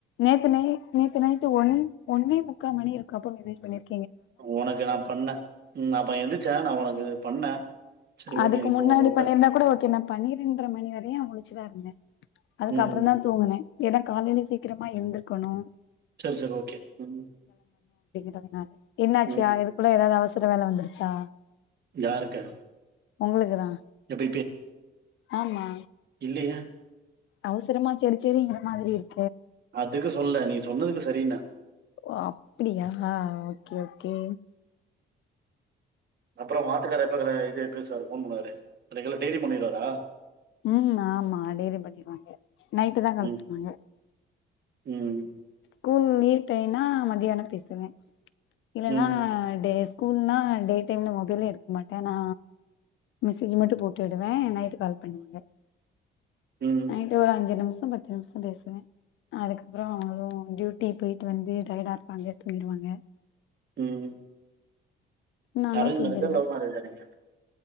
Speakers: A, on the left; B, on the right.
A: நேத்து நை நேத்து நைட்டு ஒன் ஒன்னே முக்கா மணி இருக்காப்போ மெசேஜ் பண்ணியிரு
B: உனக்கு நா பண்ணே ம் அப்ப எந்திச்சே நா ஒனக்கு பண்ணே சரி
A: அதுக்கு
B: ஓகே நீ
A: முன்னாடி
B: தூங்குறன்னு வுட்டே
A: பண்ணியிருந்தா கூட ஓகே நா பன்னிரெண்டர மணி வரையு முழிச்சுதா இருந்தே அதுக்கப்புற
B: ம்
A: தா தூங்குனே ஏனா காலையிலே சீக்கிரமா எழுந்திருக்கணு
B: செரி செரி ஓகே ம்
A: பதினாறு என்னாச்சியா
B: ம்
A: இதுக்குள்ள ஏதாவது அவசி புது வேல வந்துருச்சா
B: யாருக்கு
A: உங்களுக்குதா
B: எப்ப
A: ஆமா
B: இல்லயே
A: அவசரமா சேரி சேரிங்ற மாதிரி இருக்கு
B: அதுக்கு சொல்ல நீ சொன்னதுக்கு சரின்ன
A: ஓ அப்டியா ஓகே ஓகே
B: அப்றோ ஒன் ஆத்துக்காரு எப்ப க இது பேசுவாரு ஃபோன் பண்ணுவாரு ரெகுலர் டெய்லியு பண்ணிடுவாரா
A: ம் ஆமா டெய்லி பண்ணிருவாங்க நைட்டு தா கால்
B: ம்
A: பண்ணுவாங்க
B: ம்
A: ஸ்கூல் லீவ் டைம்னா மத்தியான பேசுவே இல்லன்னா
B: ம்
A: டேஸ் ஸ்கூல்னா டே டைம்ல மொபைலே எடுக்க மாட்டே நா மெசேஜ் மட்டு போட்டு விடுவே நைட் கால் பண்ணிருவே
B: ம்
A: நைட் ஒரு அஞ்சு நிமிஷோ பத்து நிமிஷோ பேசுவே அதுக்கப்ற அவங்களு டூட்டி போயிட்டு வந்து டயடாருப்பாங்க தூங்கிடுவாங்க
B: ம்
A: நானு
B: அரேஞ்ச்
A: தூங்கிடுவே
B: மேரேஜா லவ் மேரேஜா நீங்க